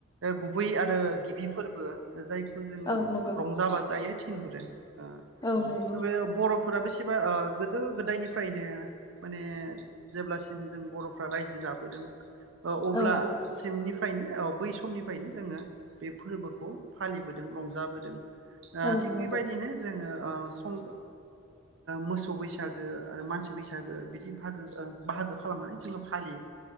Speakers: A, on the right; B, on the left.
A: गुबै आरो गिबि फोरबो। जायखौ जोङो
B: औ नंगौ
A: रंजा बाजायै थिनहरो। ओ
B: औ नंगौ
A: बे बर'फोरा सिबो ओ गोदो गोदायनिफ्रायनो माने जेब्ला सिम जों बर'फ्रा रायजो जाबोदों ओ अब्ला
B: औ
A: सिमनिफ्र फ्रायनो औ बै समनिफ्रायनो जोङो बे फोरबोखौ फालिबोदों रंजाबोदों। ओ
B: औ
A: थिग
B: नंगौ
A: बेबायदिनो जोङो ओ सम ओ मोसौ बैसागो आरो मानसि बैसागो बिदि भागो ओ बाहागो खालामनानै जोङो फालियो।